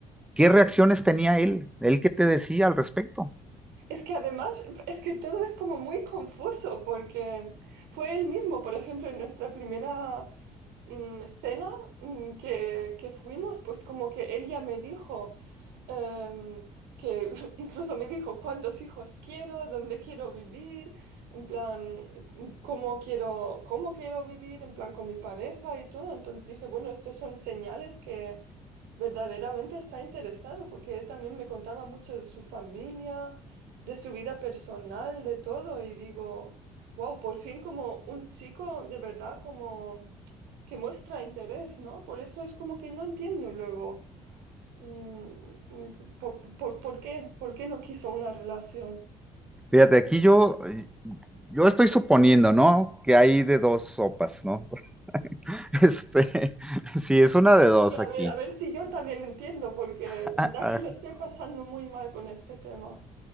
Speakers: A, in the centre; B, on the right.
A: ¿Qué
B: Sí.
A: reacciones tenía él? ¿Él qué te decía al respecto?
B: Es que además, es que todo es como muy confuso porque fue él mismo, por ejemplo, en nuestra primera mm, cena mm, que, que fuimos, pues como que él ya me dijo, em, que <laughs> incluso me dijo cuántos hijos quiero, dónde quiero vivir, en plan, cómo quiero, cómo quiero vivir, en plan con mi pareja y todo. Entonces dije, bueno, estos son señales verdaderamente está interesado, porque él también me contaba mucho de su familia, de su vida personal, de todo, y digo, wow, por fin como un chico de verdad como que muestra interés, ¿no? Por eso es como que no entiendo luego, mm, mm, por, por- por qué, por qué no quiso una relación.
A: Fíjate, aquí yo, yo estoy suponiendo, ¿no? Que hay de dos sopas, ¿no? <laughs> Este, sí, es una de dos
B: Y a
A: aquí.
B: ver, a ver si yo también entiendo, porque
A: <laughs>
B: la verdad que lo estoy pasando muy mal con este tema.